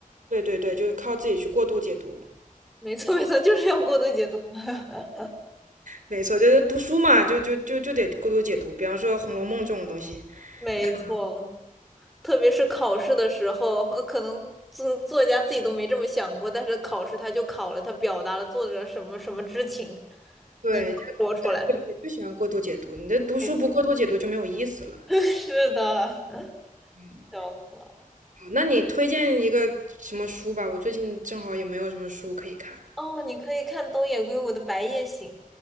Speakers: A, on the right; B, in the centre.
A: 对对对，就是靠自己去过度解读。
B: 没错，没错，就是要过度解读。<laughs>
A: 没错，就是读书嘛，就就就就得过度解读。比方说《红楼梦》这种东西，
B: 没错，
A: 你看，
B: 特别是考试的时候，呃，可能作作家自己都没这么想过，但是考试他就考了，他表达了作者什么什么之情，
A: 对，
B: 你说出来。
A: 就对对，就喜欢过度解读。你的读书不过度解读就没有意思了。
B: 没 <laughs> 是的，<laughs>
A: 嗯
B: 笑死了。
A: 好，那你推荐一个什么书吧？我最近正好也没有什么书可以看，
B: 哦，你可以看东野圭吾的《白夜行》。